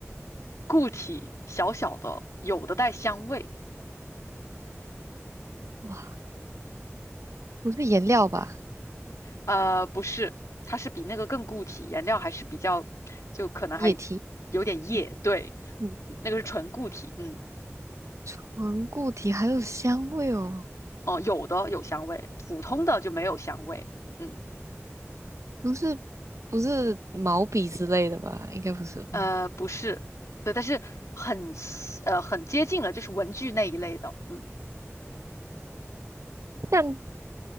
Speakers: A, on the left (about 85°); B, on the right (about 75°).
A: 固体小小的，有的带香味。
B: 哇，不是颜料吧？
A: 呃，不是，它是比那个更固体，颜料还是比较，就可能还
B: 液体，
A: 有点液，
B: 嗯
A: 对，
B: 嗯，
A: 那个是纯固体，嗯，
B: 纯固体还有香味哦。
A: 哦，有的有香味，普通的就没有香味，嗯，
B: 不是不是毛笔之类的吧？应该不是吧？
A: 呃，不是，对，但是很呃很接近了，就是文具那一类的，嗯，
B: 橡